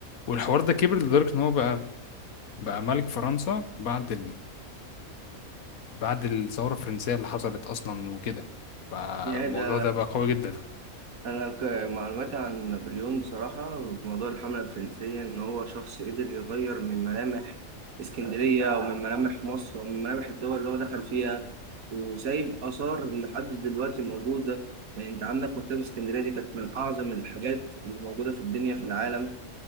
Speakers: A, on the left; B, on the right.
A: والحوار ده كبر لدرجة ان هو بقى بقى ملك فرنسا بعد بعد الثورة الفرنسية اللي حصلت أصلا وكده فالموضوع
B: يا ده
A: ده بقى قوي جدا
B: أنا ك- معلوماتي عن نابليون بصراحة في موضوع الحملة الفرنسية إن هو شخص قدر يغير من ملامح اسكندرية أو من ملامح مصر أو من ملامح الدول اللي هو دخل فيها وسايب آثار لحد دلوقتي موجودة يعني أنت عندك مكتبة اسكندرية دي كانت من أعظم الحاجات اللي موجودة في الدنيا في العالم